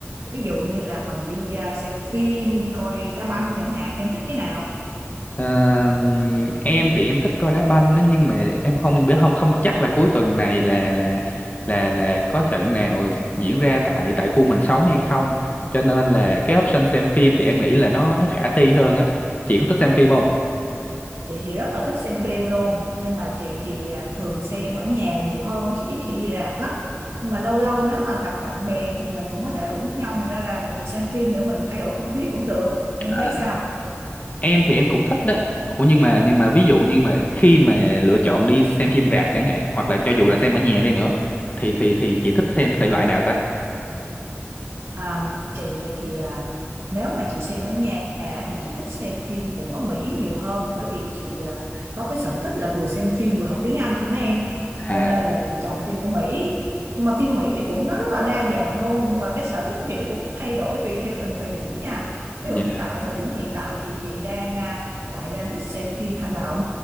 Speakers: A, on the right; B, on the left.
A: Ví dụ như là mình đi à, xem phim, đi coi đá banh chẳng hạn, em thích cái nào?
B: Ờ, em thì em thích coi đá banh đó, nhưng mà em không biết không không chắc là cuối tuần này là là là là có trận nào diễn ra tại tại khu mình sống hay không cho nên là cái option xem phim thì em nghĩ là nó nó khả thi hơn á chị có thích xem phim không
A: Chị thì rất là thích xem phim luôn, nhưng mà chị thì à, thường xem ở nhà nhiều hơn, chị ít khi đi rạp lắm. Nhưng mà lâu lâu nếu mà gặp bạn bè thì mình cũng có thể rủ nhau mình ra rạp mình xem phim để mình thay đổi không khí cũng được. Em
B: À,
A: thấy sao?
B: em thì em cũng thích đó Ủa nhưng mà nhưng mà ví dụ nhưng mà khi mà lựa chọn đi xem phim rạp chẳng hạn hoặc là cho dù là xem ở nhà đi nữa thì thì thì chị thích xem thể loại nào ta
A: À, chị thì à, nếu mà chị xem ở nhà á, thì chị thích xem phim của Mỹ nhiều hơn bởi vì chị à, có cái sở thích là vừa xem phim vừa học tiếng Anh đó em
B: à
A: cho nên là chị chọn phim của Mỹ mà phim Mỹ thì cũng nó rất là đa dạng luôn và cái sở thích của chị nó cũng thay đổi tùy theo từng thời điểm nha ví
B: dạ
A: dụ như tại thời điểm hiện tại thì chị đang à, lại đang thích xem phim hành động